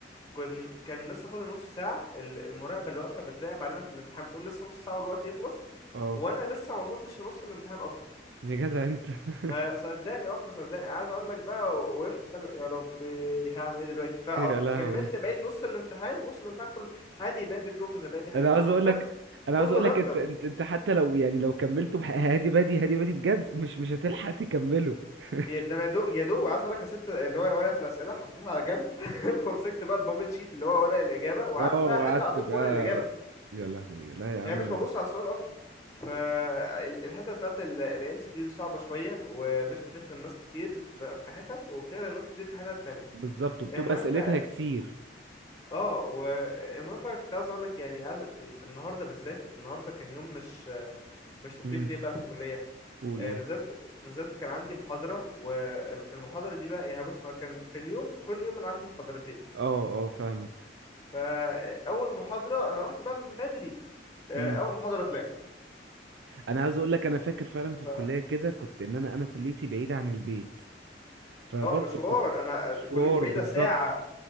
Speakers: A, on the left; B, on the right.
A: كن كان لسه فاضل نص ساعه ال- المراقبه اللي واقفه بتراقب علينا في الامتحان بتقول لسه نص ساعه والوقت يخلص
B: اه
A: وانا لسه ما وصلتش لنص الامتحان اصلا
B: يا جدع انت <laughs>
A: فصدقني اه فصدقني عايز اقول لك بقى وقفت بقى يا ربي هعمل ايه دلوقتي فكملت
B: يا لهوي
A: بقيت نص الامتحان نص الامتحان كله هادي بادي كرومب زبادي هادي
B: انا عاوز
A: حرفيا
B: اقول لك انا عاوز
A: كله
B: اقول
A: راندوم
B: لك انت انت انت حتى لو يعني لو كملته بح- هادي بادي هادي بادي بجد مش مش هتلحق تكمله <laughs>
A: ده انا دو يا دوب عايز اقولك يا ست اللي هو ورقه الاسئله حطيتها على جنب <laughs> ومسكت بقى البابل شيت اللي هو ورق الاجابه وقعدت
B: اه
A: بقى
B: وقعدت
A: احل على طول
B: بقى
A: في ورق الاجابه
B: يا لهوي لا يا
A: يعني
B: عم
A: مش ببص على السؤال اصلا فالحته بتاعت الام سي كيو دي صعبه شويه ومش بتخدم ناس كتير ف- في حتت وبتخدم ناس كتير في حتت تانية
B: بالظبط وبتبقى
A: المهم
B: اسئلتها كتير
A: اه والمهم بقى كنت عايز اقول لك يعني عايز النهارده بالذات النهارده كان يوم مش مش لطيف
B: امم
A: ليه بقى في الكلية
B: قول
A: آه،
B: قول
A: نزلت نزلت كان عندي محاضرة والمحاضرة دي بقى يعني بص هو كان في اليوم كل يوم أنا عندي محاضرتين
B: اه اه فاهمك
A: فأول محاضرة أنا رحت بقى من بدري آه،
B: امم
A: أول محاضرة اتلغت
B: انا عايز اقول لك انا فاكر فعلا في
A: ف
B: الكليه كده كنت ان انا انا كليتي بعيده عن البيت فبرضه
A: اه مشوار
B: كنت
A: أنا
B: مشوار
A: آه، كليتي بعيدة
B: بالظبط
A: ساعة